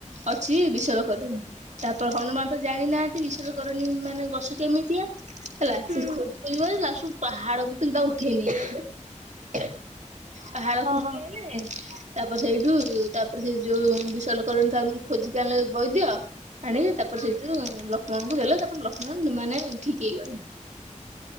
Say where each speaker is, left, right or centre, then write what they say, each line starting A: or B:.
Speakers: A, on the right (about 65°); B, on the right (about 80°).
A: ଅଛି ବିଶଲ୍ୟକରଣୀ। ତାପରେ ହନୁମାନ ତ ଜାଣି ନାହାନ୍ତି ବିଶଲ୍ୟକରଣୀ ମାନେ ଗଛ କେମିତିଆ। ହେଲା।
B: ହୁଁ।
A: ସେ ଖୋଜି ଖୋଜିି ଲାଷ୍ଟ କୁ ପାହାଡକୁ ସିଧା ଉଠେଇ ନେଇ
B: ହଁ
A: ଆଇଲେ। ପାହାଡ କୁ ଉଠି
B: ହଁ।
A: ଆଇଲେ ତାପରେ ସେଇଠୁ ତା ତାପରେ ସେ ଯୋଉ ବିଶଲ୍ୟକରଣୀ ତା ଭିତରୁ ଖୋଜିକି ଆଣିଲେ ବୈଦ୍ୟ। ଆଣିକି ତାପରେ ସେଥିରୁ ଲକ୍ଷ୍ମଣଙ୍କୁ ଦେଲେ, ତାପରେ ଲକ୍ଷ୍ମଣ ମାନେ ଠିକ୍ ହେଇଗଲେ।